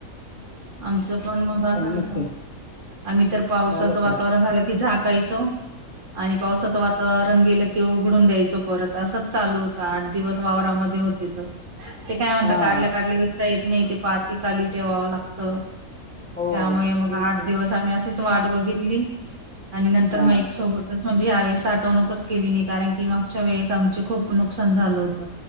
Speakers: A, on the right (about 55°); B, in the centre.
A: आमचं पण मग असं होत
B: नसते
A: आम्ही तर पावसाचं
B: झाले
A: वातावरण
B: खरं
A: झालं की झाकायचो. आणि पावसाचं वातावरण गेलं की उघडून द्यायचो परत असंच चालू होतं आठ दिवस वावरामध्ये हो तिथं ते काय म्हणता
B: हा
A: काढल्या काढल्या विकता येत नाही ते पाती खाली ठेवावं लागत.
B: हो
A: त्यामुळे मग
B: तेच
A: आठ
B: की
A: दिवस आम्ही अशीच वाट बघितली. आणि नंतर
B: हा
A: मग एक सोबतच होऊन यावेळी साठवणूकच केली नाही कारण की मागच्या वेळेस आमच खूप नुकसान झालं होत.